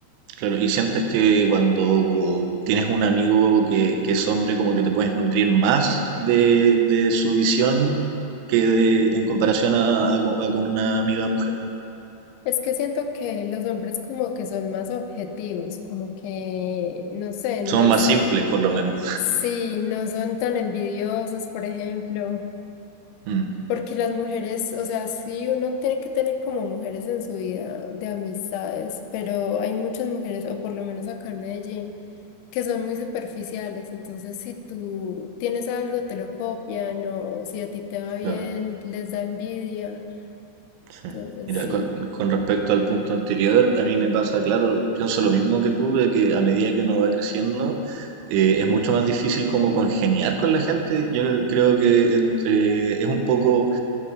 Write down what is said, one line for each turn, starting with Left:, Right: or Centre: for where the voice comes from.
Right: claro, y sientes que cuando tienes un amigo que, que es hombre, como que te puedes nutrir más de, de su visión que de, en comparación a, a co- a con una amiga mujer.
Left: Es que siento que los hombres como que son más objetivos, como que, no sé, no
Right: Somos
Left: están,
Right: más simples, por lo menos.
Left: sí, no son tan envidiosos, por ejemplo,
Right: Mm,
Left: porque las mujeres, o sea, sí, uno tiene que tener como mujeres en su vida de amistades, pero hay muchas mujeres, o por lo menos acá en Medellín, que son muy superficiales, entonces si tú tienes algo, te lo copian, o si a ti te va bien,
Right: claro.
Left: les da envidia,
Right: Sí.
Left: entonces
Right: Mira,
Left: sí,
Right: con, con respecto al punto anterior, a mí me pasa, claro, pienso lo mismo que tú, de que a medida que uno va creciendo, eh, es mucho más difícil como congeniar con la gente. Yo creo que entre, es un poco